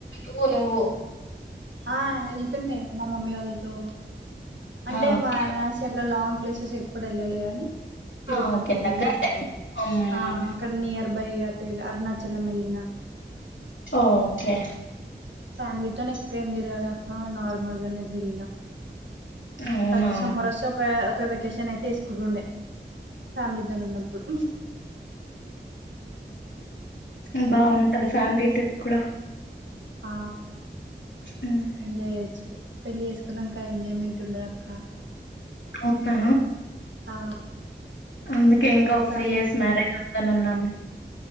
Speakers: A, on the left; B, on the right.
A: నువ్వు నువ్వు
B: ఆ వెళ్తుండే మా మమ్మీ వాళ్ళతో అంటే
A: ఆ ఓకే
B: వారనాసి అట్లా లాంగ్ ప్లేసెస్ ఎప్పుడు వెళ్ళలే గాని తిరుపతి
A: ఆ ఓకే దగ్గరదే హ్మ్
B: ఆ అక్కడ నియర్ బై అటే అరుణాచలం వెళ్ళినా
A: ఓకే
B: ఫ్యామిలీతోనే ఎక్క్వ ఏం తిరగలేదు అక్క నార్మల్గానే తిరిగిన
A: అవునా
B: ప్రతి సమ్మర్ వస్తే ఒక ఒక వెకేషన్ అయితే వేసుకుంటుండే ఫ్యామిలీతోని ఉన్నప్పుడు
A: ఉమ్ బావుంటది ఫ్యామిలీ ట్రిప్ కూడా
B: ఆ
A: హ్మ్
B: ఎంజాయి చేయొచ్చు పెళ్ళి వేసుకున్నాంక ఎంజాయ్మెంట్ ఉండదు అక్క
A: అవునా
B: ఆ
A: అందుకే ఇంకా ఒక
B: ఫ్యామిలీ
A: త్రీ ఇయర్స్ మ్యారేజ్ వద్దు అని అన్నాను